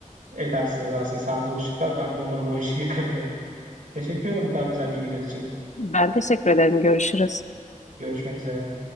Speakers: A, on the right (about 75°); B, on the left (about 60°).
A: Edersin edersin. Sen de o ışık ver. Ben de umarım o işi <laughs> yakabilirim. Teşekkür ederim bu kadar güzel bilgiler için.
B: Ben teşekkür ederim. Görüşürüz.
A: Görüşmek üzere.